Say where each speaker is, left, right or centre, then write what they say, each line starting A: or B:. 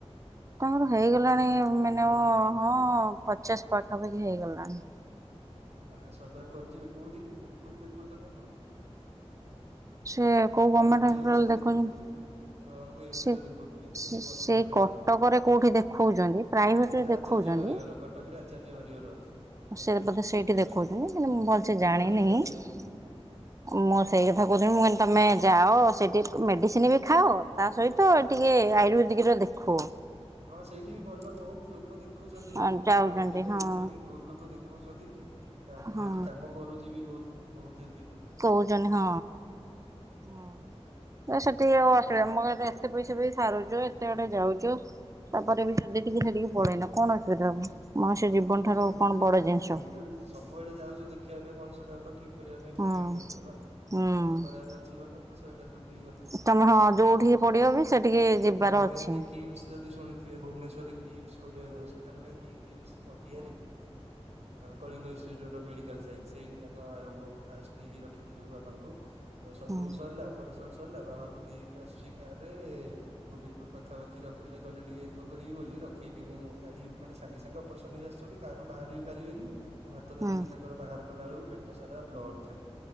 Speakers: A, on the right; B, on the right.
A: ତାଙ୍କର ହେଇଗଲାଣି ମାନେ ହଁ ହଁ ପଚାଶ ପାଖାପାଖି ହେଇଗଲାଣି।
B: ନା ସର୍ଭାଇଭ କରିଯିବେ କୋଉଠିକି କୋଉଠି ଦେଖଉଛନ୍ତି ଆପଣ?
A: ସେ କୋଉ
B: ମୁଁ
A: ଗଭର୍ଣ୍ଣମେଣ୍ଟ
B: ବାବାଙ୍କୁ
A: ହସ୍ପିଟାଲ
B: ଏମସ ରେ
A: ଦେଖୁଛନ୍ତି।
B: ଦେଖଉଥିଲି। ମୋ ବାବାଙ୍କୁ ଏମସ
A: ସେ
B: ରେ ଦେଖଉଥିଲି
A: ସେ
B: ଦି
A: ସେଇ
B: ବର୍ଷ ସେଇଠି
A: କଟକରେ
B: ରଖୀଥିଲୁ
A: କୋଉଠି ଦେଖଉଛନ୍ତି ପ୍ରାଇଭେଟରେ
B: ଆଛା
A: ଦେଖଉଛନ୍ତି।
B: ଆଛା ହରିହର କଟକରେ ଆଚାର୍ଯ୍ୟ ହରିହର ଅଛି କ୍ୟାନ୍ସର
A: ସେ ବୋଧେ
B: ସ୍ପେଶିଆଲିଷ୍ଟ
A: ସେଇଠି ଦେଖଉଛନ୍ତି କିନ୍ତୁ ମୁଁ ଭଲସେ
B: ଭଲ
A: ଜାଣିନି।
B: ହସ୍ପିଟାଲ। ସେ
A: ମୁଁ
B: ବି ଆଜ୍ଞା ଆଜ୍ଞା।
A: ସେଇ କଥା କହୁଥିଲି ମୁଁ କହି ତମେ ଯାଅ ସେଠି ମେଡ଼ିସିନ ବି ଖାଅ ତା ସହିତ
B: ଆଜ୍ଞା
A: ଟିକେ ଆୟୁର୍ବେଦିକ ଦିକିରେ ଦେଖ।
B: ହଁ ସେଇଠି ବି ଭଲ ବହୁତ ଲୋକ ଦେଖୁଛନ୍ତି
A: ହଁ
B: ହେଠି
A: ଯାଉଛନ୍ତି
B: ମୁଁ ସେଇଟା
A: ହଁ।
B: ଦେଖିଲି ବହୁତ ଲୋକ ଦେଖୁ କହୁଛନ୍ତି କାମ
A: ହଁ
B: ଏଠି କାମ କରୁଛି ବି ବହୁତ ଲୋକ ହଉଛନ୍ତି।
A: କହୁଛନ୍ତି ହଁ ହଁ। ସେଠିକି ଆଉ ଅସୁବିଧା ମୋ ହେଲେ ଏତେ ପଇସା ବି ରୁଛ ଏତେ ବଡେ ଯାଉଛୁ ତାପରେ ବି ଯଦି ଟିକେ ସେଠିକି ପଳେଇଲା କଣ ଅସୁବିଧା ହବ? ମଣିଷ ଜୀବନ
B: ହଁ କିଛି
A: ଠାରୁ
B: ନାହିଁ ସେଥିପାଇଁ
A: କଣ ବଡ
B: ମୁଁ
A: ଜିନିଷ।
B: ଏଇଠୁ ସବୁଆଡେ ଯାଉଛୁ ଦେଖିବା ପାଇଁ ମଣିଷଟାକୁ ତ ଠିକ କରିବା ପାଇଁ ଏତିକି
A: ହଁ
B: ଖର୍ଚ୍ଚ ହେଲା ଆଉ
A: ହୁଁ
B: ଠିକ ତ କରିବାର ଅଛି ବୋଲେ ତ ସେଇଲାଗି ଯଉଠି ଗଲେ କଣ
A: ତମେ
B: ଅ
A: ହଁ ଯୋଉଠିକି ପଡିବ ବି ସେଠିକି ଯିବାର
B: ମୁଁ ଆଜ୍ଞା
A: ଅଛି।
B: ଏଇ କିମ୍ସ ଯଦି ଶୁଣିଥିବେ ଭୁବନେଶ୍ଵର କିମ୍ସ ଗୋଟେ ହସ୍ପିଟାଲ ନାହିଁ କି କିମ୍ସ ପଟିଆରେ।
A: ହଁ
B: Kalinga institute of medical science. ଆଗ ଆରମ୍ଭ ଫାଷ୍ଟ ନେଇକି ରଖିଥିଲୁ ବାବାଙ୍କୁ ସବୁ
A: ହୁଁ
B: ସରିଲା ଅପରେସନ୍ସ ସରିଲା ବାବାଙ୍କୁ ନେଇକି ଆସୁଛି କାର ରେ ଗୋବିନ୍ଦପୁର ପାଖାପାଖି ରଖିଲେ କହିଲେ ଟିକେ ଏକ କରିବି ବୋଲି। ରଖେଇକି ମୁଁ କାଢି ମାନେ ସାଙ୍ଗେ ସାଙ୍ଗେ ଅପରସ ହେଇ ଆସିଛନ୍ତି କାରୁ ବାହାରି ବି ପାରିବେନି ମୁଁ ହାତ ଧରିକି
A: ହୁଁ
B: ତାଙ୍କର ବାହାର କଲା ବେଳକୁ ପେ ଟ ସାରା ବ୍ଲଡ଼ ଖାଲି